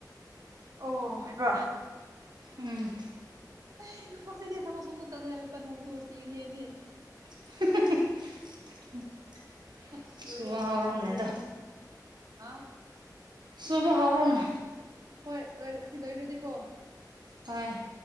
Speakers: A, on the right; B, on the right.
A: ꯑꯣ ꯍꯥꯏꯕ
B: ꯎꯝ
A: ꯑꯦ ꯃꯐꯝꯁꯤꯗꯤ ꯊꯕꯛ ꯁꯨꯕꯁꯨ ꯇꯠꯂꯦ <unintelligible> ꯁꯤꯒꯅꯤ ꯑꯩꯗꯤ
B: <unintelligible>
A: ꯑꯁ
B: ꯁꯨꯕ
A: ꯂꯣꯏꯔꯦ ꯑꯩꯅ
B: ꯍꯧꯔꯣꯅꯦ
A: ꯍꯥꯝꯗꯣꯛꯑꯃꯦꯅ
B: ꯑꯗꯣ
A: ꯑ
B: ꯁꯨꯕ ꯍꯧꯔꯣꯅꯦ
A: ꯍꯣꯏ ꯑꯁꯤ ꯂꯣꯏꯈ꯭ꯔꯗꯤꯀꯣ
B: ꯍꯣꯏ